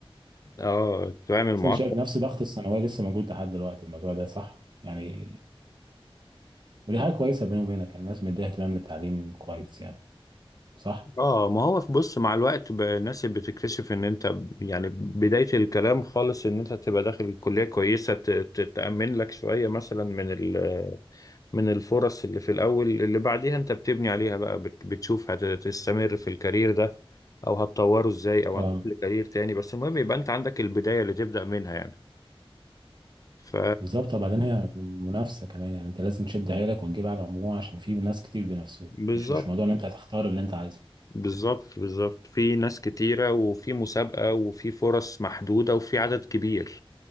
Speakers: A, on the left (about 35°); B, on the right (about 50°).
A: اه تعمل
B: بس
A: معسكر
B: انا شايف نفس ضغط الثانويه لسه موجود لحد دلوقتي الموضوع ده صح يعني ودي حاجه كويسه بيني وبينك الناس مديها اهتمام للتعليم كويس يعني صح
A: اه ما هو في بص مع الوقت بقى الناس بتكتشف ان انت يعني بداية الكلام خالص ان انت تبقى داخل الكلية كويسة ت- ت- تأمن لك شوية مثلا من ال من الفرص اللي في الأول اللي بعديها أنت بتبني عليها بقى بت- بتشوف هتستمر في الكارير ده أو هتطوره إزاي أو
B: اه
A: هتروح لكارير تاني بس المهم يبقى أنت عندك البداية اللي تبدأ منها يعني ف
B: بالظبط وبعدين هي منافسة كمان يعني انت لازم تشد حيلك وتجيب على المجموع عشان في ناس كتير بينافسوك
A: بالظبط
B: مش مش موضوع ان انت هتختار اللي انت عايزه
A: بالظبط بالظبط في ناس كتيرة وفي مسابقة وفي فرص محدودة وفي عدد كبير